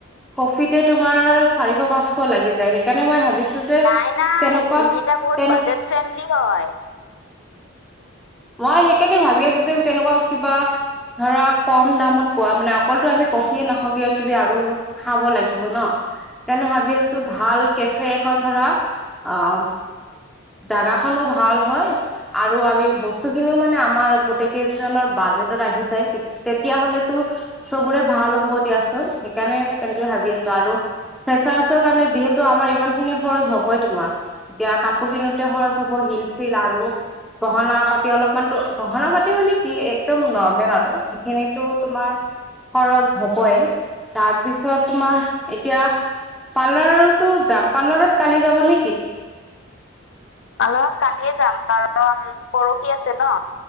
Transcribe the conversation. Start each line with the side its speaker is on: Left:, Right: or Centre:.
Centre: কফিতে তোমাৰ চাৰিশ পাঁচশ লাগি যায়। সেইকাৰণে মই ভাবিছো যে
Left: নাই নাই
Centre: তেনেকুৱা
Left: এইকেইটা বহুত
Centre: তেনে
Left: বাজেট ফ্ৰেণ্ডলি হয়।
Centre: মই সেইকাৰণে ভাবি আছো যে তেনেকোৱা কিবা। ধৰা কম দামত পোৱা মানে অকলতো আমি কফিয়ে নাখাওঁ। কিবা কিবি আৰু খাব লাগিব ন সেইকাৰণে ভাবি আছো ভাল কেফে এখন ধৰা অ' জাগাখনো ভাল হয়। আৰু আমি বস্তু খিনিও মানে আমাৰ গোটেই কেইজনৰ বাজেটত আহি যায়। তেতিয়া হলেতো চবোৰে ভাল হ'ব দিয়াচোন। সেইকাৰণে তেনেকে ভাবি আছো আৰু ফ্ৰেচাৰছৰ কাৰণে যিহেতু আমাৰ ইমান খিনি খৰচ হবই তোমাৰ এতিয়া কাপোৰ কিনো সৰজ হ'ব শিল চিল আৰু গহনা পাতি অলপমানো গহনা পাতি মানে কি একদম নৰ্মেল আৰু সেইখিনিটো তোমাৰ খৰচ হবই তাৰপিছত তোমাৰ এতিয়া পাৰ্লাৰতো যাম পাৰ্লাৰত কালি যাব নেকি?
Left: অলপ কালিয়ে যাম কাৰণ পৰহি আছে ন।